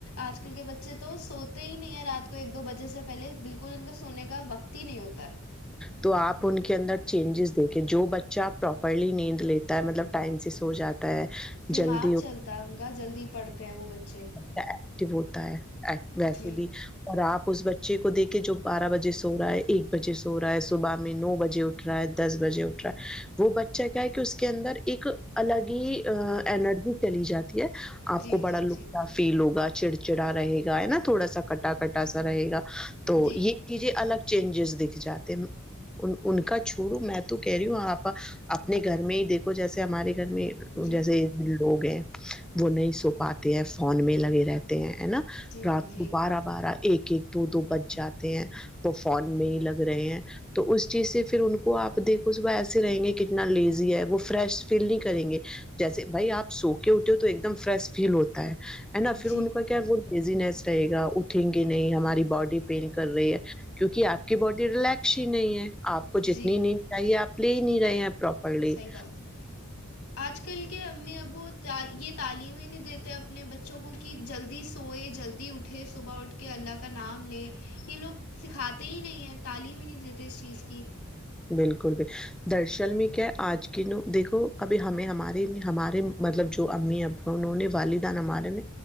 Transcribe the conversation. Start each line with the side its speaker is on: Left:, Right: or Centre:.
Left: آج کل کے بچے تو سوتے ہی نہیں ہے رات کو ایک دو بجے سے پہل بالکل ان کا سونے کا وقت ہی نہیں ہوتا ہے
Centre: تو آپ ان کے اندر چینجز دیکھے جو بچہ پراپرلی نیند لیتا ہے مطلب ٹائم سے سو جاتا
Left: دماغ
Centre: جلدی
Left: چلتا
Centre: ہو
Left: ہے ان کا جلدی پڑھتے ہیں وہ بچے
Centre: ایکٹو ہوتا ہے ویسے
Left: جی
Centre: بھی اور آپ اس بچے کو دیکھ کے جو بارہ بجے سو رہا ہے ایک بجے سو رہا ہے صبح میں نو بجے اٹھ رہا ہے دس بجے اٹھ رہا ہے وہ بچہ کیا ہے کہ اس کے اندر ایک الگ ہی ارجی چلی جاتی ہے آپ
Left: جی
Centre: کو
Left: جی
Centre: بڑا لکفاف
Left: جی
Centre: فیل ہوگا چڑ چڑا رہے گا ہے نا تھوڑا سا کٹا کٹا سا رہے گا تو
Left: جی
Centre: یہ چیزیں الگ چینجز دکھ جاتے ان کا چھوڑوں میں تو کہہ رہی ہوں آپ اپنے گھر میں ہی دیکھو جیسے ہمارے گھر میں
Left: جی
Centre: جیسے لوگ ہیں وہ نہیں سو پاتے ہیں فون میں لگے رہتے ہیں ہے نا
Left: جی
Centre: رات
Left: جی
Centre: کو بارہ بارہ ایک ایک دو دو بچ جاتے ہیں وہ فون میں ہی لگ رہے ہیں تو اس چیز سے پھر ان کو آپ دیکھو صبح ایسے رہیں گے کتنا لیزی ہے وہ فریش فیل نہیں کریں گے جیسے بھائی آپ سو کے اٹھ ہو تو ایک دم فریش فیل ہوتا ہے ہے نا
Left: جی
Centre: پھر ان کا کیا وہ بیزینیس رہے گا اٹھیں گے نہیں ہماری باڈی پین کر رہی ہے کیوںکہ آپ کی باڈی ریلیکس ہی نہیں ہے آپ کو جتنی
Left: جی
Centre: نیند چاہیے آپ لے ہی نہیں رہے ہیں پراپرلی
Left: صحیح بات آج کل کے امی ابو یہ تعلیم ہی نہیں دیتے اپنے بچوں کو کہ جلدی سوئے جلدی اٹھے صبح اٹھ کے اللہ کا نام لے یہ لوگ سکھاتے ہی نہیں ہیں تعلیم ہی نہیں دیتے اس چیز کی
Centre: بالکل بکل درصل میں کیا آج کی ن دیکھو ابھی ہمیں ہمارے ہمارے مطلب جو امی ابا انہوں نے والدان ہمارے نے